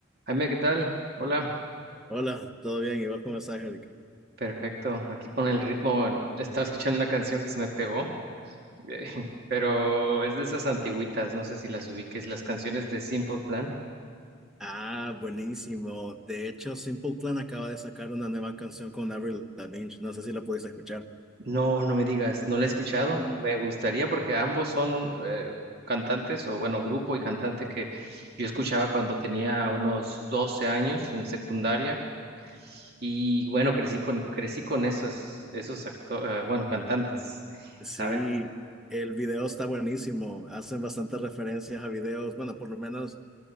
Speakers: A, on the right; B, in the centre.
A: Jaime, ¿qué tal? Hola,
B: Hola, ¿todo bien? ¿Y vos cómo estás, Eric?
A: perfecto. Aquí con el ritmo, en- estaba escuchando una canción que se me pegó, eh, <laughs> pero es de esas antigüitas, no sé si las ubiques, las canciones de Simple Plan.
B: Ah, buenísimo. De hecho, Simple Plan acaba de sacar una nueva canción con Avril Lavigne. No sé si la pudiste escuchar.
A: No, no me digas, no la he escuchado.
B: Mm.
A: Me gustaría porque ambos son eh, cantantes, o bueno, grupo y cantante que yo escuchaba cuando tenía unos 12 años en secundaria y bueno, crecí con, crecí con esos, esos acto- eh, bueno, cantantes,
B: Sí,
A: ¿sabes?
B: el video está buenísimo. Hacen bastantes referencias a videos. Bueno, por lo menos